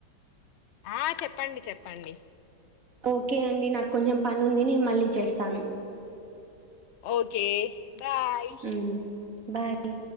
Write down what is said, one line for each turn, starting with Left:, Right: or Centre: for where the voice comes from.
Left: ఆ చెప్పండి చెప్పండి
Right: ఓకే అండి నాకు కొంచెం పని ఉంది నేను మళ్ళీ చేస్తాను
Left: ఓకే బాయ్
Right: ఉమ్ బాయ్